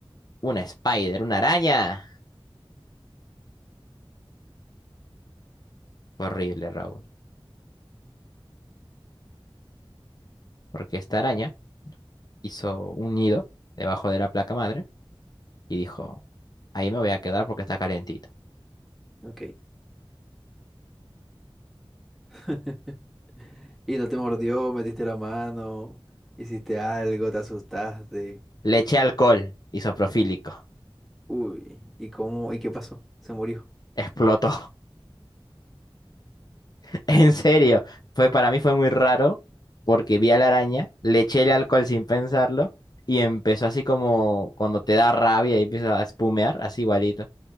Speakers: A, on the left (about 45°); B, in the centre.
A: Una spider, una araña. Horrible, Raúl, porque esta araña hizo un nido debajo de la placa madre y dijo, ahí me voy a quedar porque está calientito.
B: Ok. <laughs> ¿Y no te mordió? ¿Metiste la mano? ¿Hiciste algo? ¿Te asustaste?
A: Le eché alcohol isopropílico.
B: Uy, ¿y cómo? ¿Y qué pasó? Se murió.
A: Explotó. <laughs> En serio, fue para mí fue muy raro porque vi a la araña, le eché el alcohol sin pensarlo y empezó así como cuando te da rabia y empieza a espumear, así igualito.